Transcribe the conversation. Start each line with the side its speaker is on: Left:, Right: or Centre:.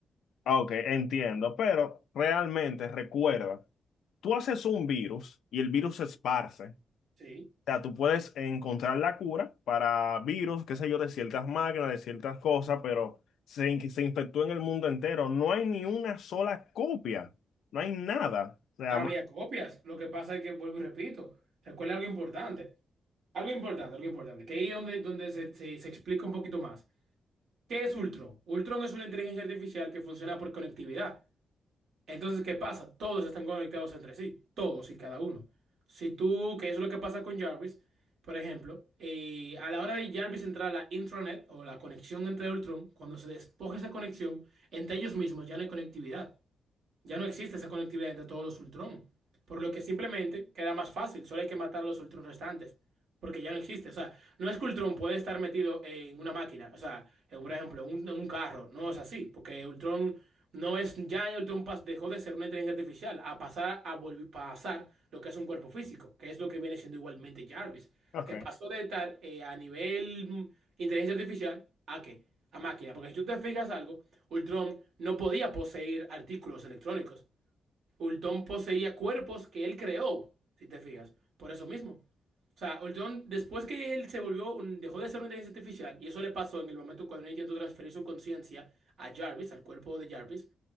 Left: Ah, Ok, entiendo, pero realmente recuerda, tú haces un virus y el virus se esparce.
Right: Sí.
Left: sea, tú puedes encontrar la cura para virus, qué sé yo, de ciertas máquinas, de ciertas cosas, pero se, in- se infectó en el mundo entero. No hay ni una sola copia. No hay nada. O sea,
Right: Había
Left: ma-
Right: copias. Lo que pasa es que, vuelvo y repito, recuerda algo importante. Algo importante, algo importante. Que ahí es donde, donde se, se se explica un poquito más. ¿Qué es Ultron? Ultron es una inteligencia artificial que funciona por conectividad. Entonces, ¿qué pasa? Todos están conectados entre sí, todos y cada uno. Si tú, que eso es lo que pasa con Jarvis, por ejemplo, eh, a la hora de Jarvis entrar a la intranet o la conexión entre Ultron, cuando se despoja esa conexión, entre ellos mismos ya no hay conectividad. Ya no existe esa conectividad entre todos los Ultron. Por lo que simplemente queda más fácil. Solo hay que matar a los Ultron restantes. Porque ya no existe. O sea, no es que Ultron puede estar metido en una máquina. O sea, en, por ejemplo, un- en un carro. No es así. Porque Ultron no es. Ya Ultron pas- dejó de ser una inteligencia artificial a pasar a volver, pasar lo que es un cuerpo físico. Que es lo que viene siendo igualmente Jarvis.
Left: ok.
Right: Que pasó de estar eh, a nivel mm, inteligencia artificial a qué? A máquina. Porque si tú te fijas algo. Ultron no podía poseer artículos electrónicos. Ultron poseía cuerpos que él creó, si te fijas, por eso mismo. O sea, Ultron, después que él se volvió, un- dejó de ser una inteligencia artificial, y eso le pasó en el momento cuando él intentó transferir su conciencia a Jarvis, al cuerpo de Jarvis,